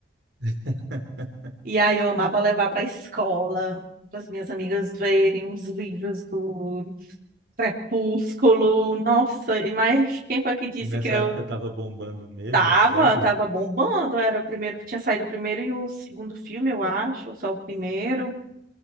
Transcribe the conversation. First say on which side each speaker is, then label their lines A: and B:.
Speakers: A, on the right (about 80°); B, on the right (about 50°).
A: <laughs>
B: E aí eu amava levar para a escola, para as minhas amigas verem os livros do Crepúsculo. Nossa, e mas quem foi que disse
A: E nessa
B: que eu
A: época estava bombando mesmo
B: tava,
A: a série?
B: tava bombando? Era o primeiro, tinha saído o primeiro e o segundo filme, eu acho, ou só o primeiro.